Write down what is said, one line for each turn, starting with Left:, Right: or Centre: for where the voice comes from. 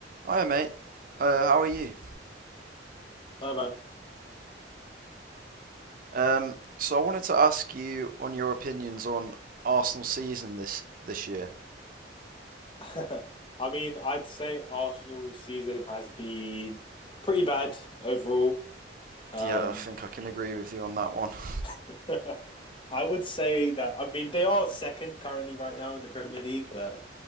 Right: Hi, mate. Uh, how are you?
Left: No, man.
Right: Um, so I wanted to ask you on your opinions on Arsenal season this this year.
Left: <laughs> I mean, I'd say Arsenal's season has been pretty bad overall. Um,
Right: Yeah, I think I can agree with you on that one. <laughs>
Left: <laughs> I would say that, I mean, they are second currently right now in the Premier League, but